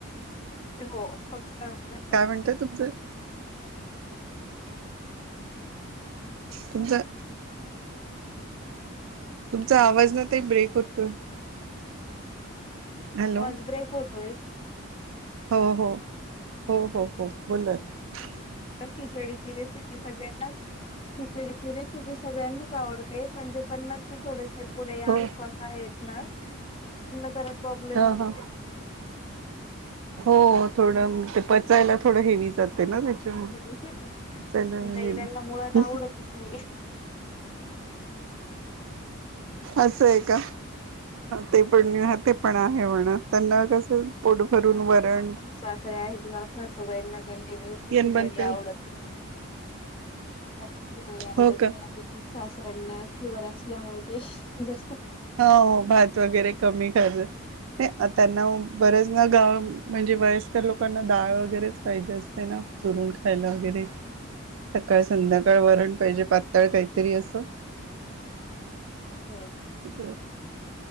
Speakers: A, on the left (about 25°); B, on the right (about 70°).
A: हो हां हां
B: काय म्हणतय तुमचं तुमच्या तुमचा आवाज ना तेही ब्रेक होतोय. हॅलो
A: आवाज ब्रेक होतोय
B: हो हो हो हो हो बो ला ना
A: खिचडीची रेसिपी सगळ्यांना खिचडीची रेसिपी सगळ्यांनाच आवडते, म्हणजे पणच थोडेसे पुढे
B: हो
A: आसपास आहेत ना त्यांना स प्रॉब्लेम
B: हा
A: असत.
B: हा हो थोडं ते पचायला थोडं हेवी जाते ना त्याच्यामुळे
A: नाही
B: पचायला हेवी
A: त्यांना मुळात आवडतच नाही
B: असं आहे का ते पण ते पण आहे म्हणा त्यांना कसं पोट भरून वरण
A: सासऱ्या आहेत म अस सोबाईंना कंटिन्युअसली
B: येन
A: खिचडी
B: बंद कर
A: आवडत. त्यांना त जळे आवडत
B: हो का
A: नाही. सासऱ्यांना शुगर असल्यामुळे ते जास्
B: हो भात वगैरे कमी करत नाही त्यांना बरेच ना गाव म्हणजे वयस्कर लोकांना डाळ वगैरेच पाहिजे असते ना चुरून खायला वगैरे सकाळ संध्याकाळ वरण पाहिजे पाताळ काहीतरी असं
A: हो
B: त